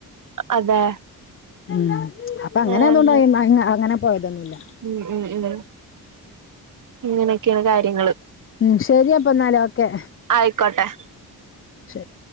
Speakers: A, on the right; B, on the left.
A: അതെ
B: ഉം അപ്പൊ അങ്ങനെ
A: ഏഹ്
B: ആയതോണ്ട് അങ്ങനെ പോയത് അറിഞ്ഞില്ല
A: ഉം ഉം ഉ ഇങ്ങനെയൊക്കെയാണ് കാര്യങ്ങള്
B: ഉം ശെരിയപ്പൊ എന്നാലേ ഓക്കെ
A: ആയിക്കോട്ടെ
B: ശരി